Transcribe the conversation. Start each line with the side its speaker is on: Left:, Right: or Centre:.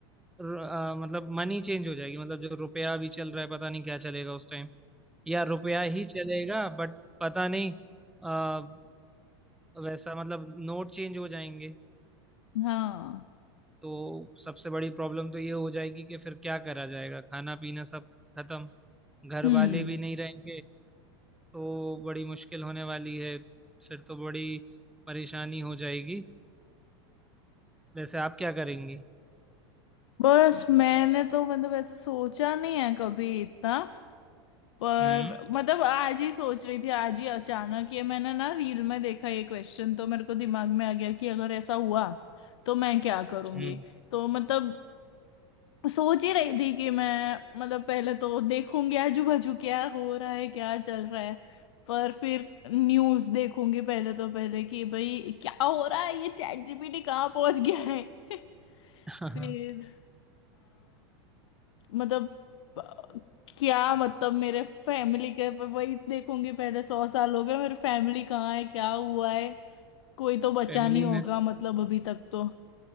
Centre: र- अ, मतलब मनी चेंज हो जाएगी मतलब जो रुपया भी चल रहा है पता नहीं क्या चलेगा उस टाइम या रुपया ही चलेगा बट पता नहीं आ, वैसा मतलब नोट चेंज हो जाएंगे
Left: हाँ
Centre: तो सबसे बड़ी प्रॉब्लम तो ये हो जाएगी कि फिर क्या करा जाएगा खाना पीना सब खत्म घर
Left: हम्म
Centre: वाले भी नहीं रहेंगे तो बड़ी मुश्किल होने वाली है फिर तो बड़ी परेशानी हो जाएगी वैसे आप क्या करेंगी
Left: बस मैंने तो मतलब ऐसा सोचा नहीं है कभी इतना पर
Centre: हम्म
Left: मतलब आज ही सोच रही थी आज ही अचानक ये मैंने ना रील में देखा ये क्वेश्चन तो मेरे को दिमाग में आ गया कि अगर ऐसा हुआ तो मैं क्या करूंगी
Centre: हम्म
Left: तो मतलब सोच ही रही थी कि मैं मतलब पहले तो देखूंगी आजू बाजू क्या हो रहा है क्या चल रहा है पर फिर न्यूज देखूंगी पहले तो पहले कि भाई क्या हो रहा है ये चैट जीपीटी कहाँ पहुंच गया है <laughs>
Centre: हाँ
Left: फिर मतलब अ, क्या मतलब मेरे फैमिली के वही देखूंगी पहले सौ साल हो गए मेरे फैमिली कहाँ है क्या हुआ है कोई तो बचा
Centre: फैमिली
Left: नहीं होगा
Centre: में
Left: मतलब अभी तक तो